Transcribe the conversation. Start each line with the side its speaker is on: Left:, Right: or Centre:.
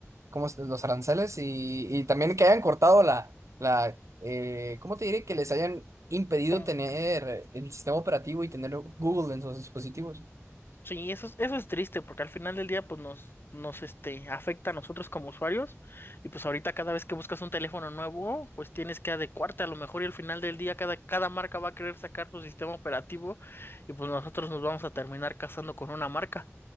Right: como s- los aranceles y, y también que hayan cortado la, la eh, ¿cómo te diré? Que les hayan impedido
Left: como-
Right: tener el sistema operativo y tener Google en sus dispositivos.
Left: Sí, eso es, eso es triste porque al final del día pues nos, nos este, afecta a nosotros como usuarios y pues ahorita cada vez que buscas un teléfono nuevo pues tienes que adecuarte a lo mejor y al final del día cada, cada marca va a querer sacar su sistema operativo y pues nosotros nos vamos a terminar casando con una marca.